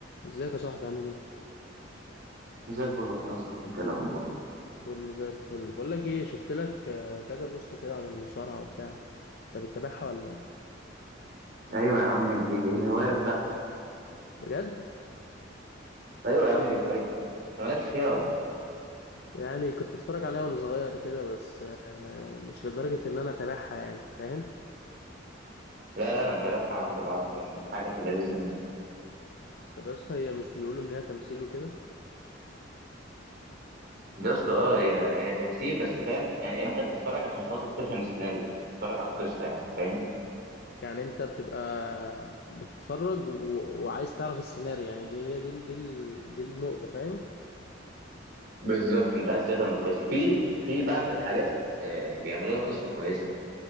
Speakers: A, on the left; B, on the right.
A: ازيك يا صاحبي عامل ايه
B: زي الفل والله يا أستاذ صاحبي انت إيه الاخبار
A: كله زي الفل بقول لك ايه شفت لك آه، كذا بوست كده عن المصارعه وبتاع انت بتتابعها ولا ايه
B: ايوه يا عم دي الهوايه بتاعتي
A: بجد
B: ايوه يا عم دي هوايتي انت مالكش فيها ولا ايه
A: يعني كنت بتفرج عليها وانا صغير كده بس آه، مش لدرجه ان انا اتابعها يعني فاهم
B: لا لا انا متابعها عرض بعرض يعني حاجه في اللذيذ منه
A: طب يا اسطى هي مش بيقولوا ان هي تمثيل وكده
B: بس اه هي هي تمثيل بس فاهم يعني انت بتتفرج عشان خاطر تفهم السيناريو عشان تتفرج على القصه يعني فاهم
A: يعني انت بتبقى بتتفرج و... و- وعايز تعرف السيناريو يعني دي هي دي ال- دي ال- دي النقطه فاهم
B: بالظبط انت عايز تفهم القصه في في بعض الحاجات آه، بيعملوا لها قصه كويسه